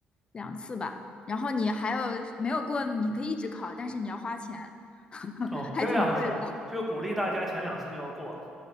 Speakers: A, on the left (about 30°); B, in the centre.
A: 两次吧，然后你还有没有过，你可以一直考，但是你要花钱。<laughs>
B: 哦，
A: 还挺贵的。
B: 这样子，就鼓励大家前两次就要过，